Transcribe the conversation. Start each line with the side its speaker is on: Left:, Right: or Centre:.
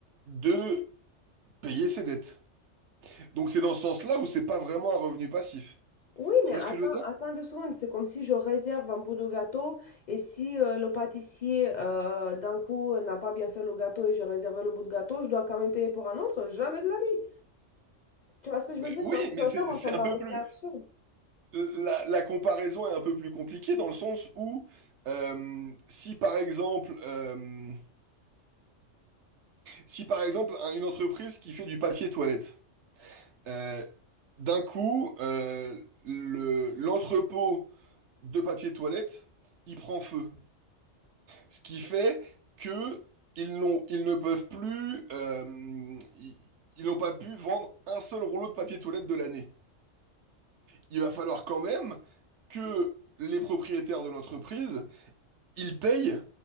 Right: de payer ses dettes. Donc c'est dans ce sens-là où c'est pas vraiment un revenu passif.
Left: Oui,
Right: Tu
Left: mais
Right: vois
Left: attends,
Right: ce que je veux dire?
Left: attends deux secondes. C'est comme si je réserve un bout de gâteau et si euh, le pâtissier, euh, d'un coup, n'a pas bien fait le gâteau et j'ai réservé le bout de gâteau, je dois quand même payer pour un autre. Jamais de la vie. Tu vois ce que je
Right: Ben
Left: veux dire?
Right: oui,
Left: Dans ce
Right: mais
Left: sens-là,
Right: c'est
Left: moi,
Right: c'est
Left: ça me
Right: un
Left: paraissait
Right: peu plus...
Left: absurde.
Right: La, la comparaison est un peu plus compliquée dans le sens où euh, si par exemple... euh, Si par exemple un- une entreprise qui fait du papier toilette, euh, d'un coup, euh, le- l'entrepôt de papier toilette, il prend feu. Ce qui fait que ils n'ont, ils ne peuvent plus, euh, ils, ils n'ont pas pu vendre un seul rouleau de papier toilette de l'année. Il va falloir quand même que les propriétaires de l'entreprise, ils payent